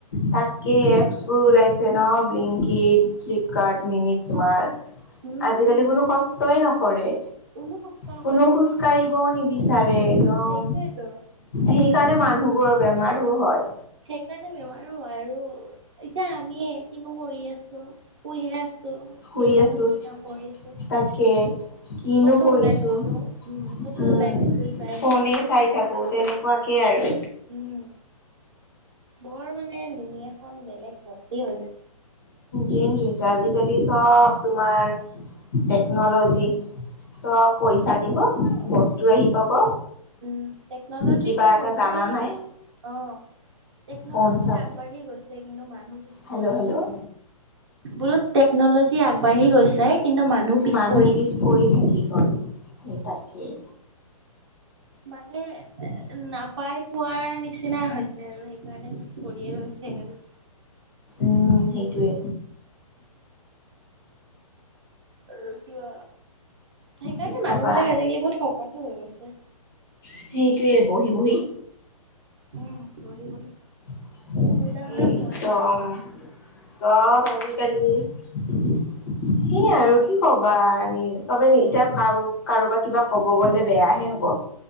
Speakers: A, on the left; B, on the right.
A: তাকে এপছ বোৰ ওলাইছে ন! ব্লিংকিট, ফ্লিপকাৰ্ট, মিনিজ তুমাৰ
B: উম,
A: আজিকালি
B: উম,
A: কোনো কষ্টই নকৰে।
B: কোনো কষ্ট নকৰে
A: কোনো খোজ কাঢ়িবও নিবিচাৰে একদম।
B: সেইটোৱেতো।
A: সেইকাৰণে মানুহবোৰৰ বেমাৰো হয়।
B: সেইকাৰণে বেমাৰো হয়। আৰু এতিয়া আমিয়ে কিনো কৰি আছো, শুইহে আছো।
A: শুই
B: কেইটানো
A: আছো।
B: কি কাম কৰিছো
A: তাকে। কিনো
B: ক'তনো
A: কৰিছোঁ
B: ওলাই গৈছো উম, ক'তনো
A: উম্
B: ওলাই গৈছো যোৱাই
A: ফোনে
B: নাই।
A: চাই থাকোঁ তেনেকুৱাকে আৰু।
B: উম, বৰ মানে দুুনীয়াখন বেলেগ ভৰ্তি হৈ
A: চেঞ্জ হৈছে আজিকালি চব তোমাৰ টেকনলজি চব পইচা
B: টেক
A: দিব বস্তু আহি পাব।
B: উম টেকনলজিটো
A: কিবা এটা
B: মানে
A: জানা নাই
B: অ। টেকন'লজি
A: ফোন চাব।
B: আগবাঢ়ি গৈছে কিন্তু মানুহ পিছ
A: হেল্ল'
B: পৰি
A: হেল্ল'
B: গৈছে। বোলো টেকনলজি আগবাঢ়ি গৈছে কিন্তু
A: মানুহ
B: পৰি
A: পিছ
B: গৈছে।
A: পৰি থাকি গ'ল সেই তাকেই।
B: মানে নাপাই পোৱাৰ নিচিনা হৈ আৰু সেইকাৰণে পিছ পৰিয়ে ৰৈছে আৰু।
A: উম সেইটোৱে।
B: আৰু কিবা সেইকাৰণে
A: কি ক'বা
B: মানুহ বিলাক আজিকালি বহুত শকতো হৈ গৈছে।
A: সেইটোৱে বহি বহি
B: উম বহি বহি।
A: <unintelligible>
B: উদাহৰণ
A: একদম
B: মইহে
A: চব আজিকালি <unintelligible> সেই আৰু কি ক'বা? নি চবে নি এতিয়া কাৰ কাৰোবাক কিবা কব গ'লে বেয়াহে। হ'ব।